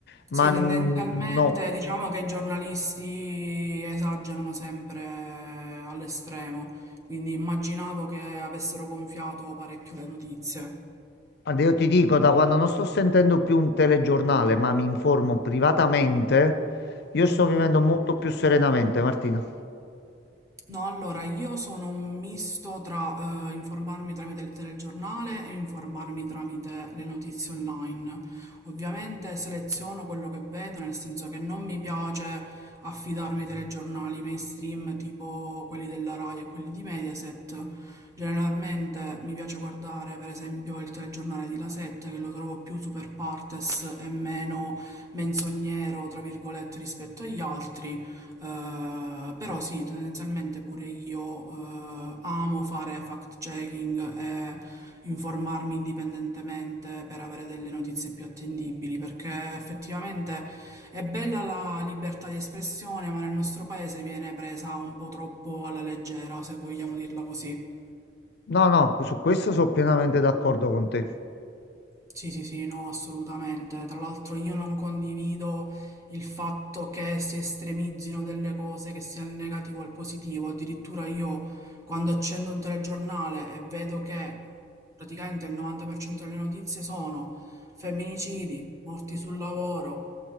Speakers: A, on the left (about 55°); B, on the right (about 15°).
A: ma
B: Sì, tendenzialmente
A: n- no.
B: diciamo che i giornalisti esagerano sempre all'estremo, quindi immaginavo che avessero gonfiato parecchio le notizie.
A: Guarda, Io ti dico, da quando non sto sentendo più un telegiornale, ma mi informo privatamente, io sto
B: Mhm.
A: vivendo molto più serenamente, Martina.
B: No, allora io sono un misto tra eh, informarmi tramite il telegiornale e informarmi tramite le notizie online. Ovviamente seleziono quello che vedo, nel senso che non mi piace affidarmi ai telegiornali mainstream tipo quelli della Rai e quelli di Mediaset. Generalmente mi piace guardare, per esempio, il telegiornale di La Sette, che lo trovo più super partes e meno menzognero, tra virgolette, rispetto agli altri. Eh, però sì, tendenzialmente pure io eh, amo fare fact-checking e informarmi indipendentemente per avere delle notizie più attendibili, perché effettivamente è bella la libertà di espressione, ma nel nostro paese viene presa un po' troppo alla leggera, se vogliamo dirla così.
A: No, no, su questo sono pienamente d'accordo con te.
B: Sì, sì, sì, no, assolutamente. Tra l'altro io non condivido il fatto che si estremizzino delle cose, che sia il negativo al positivo. Addirittura io quando accendo un telegiornale e vedo che praticamente il 90% delle notizie sono femminicidi, morti sul lavoro,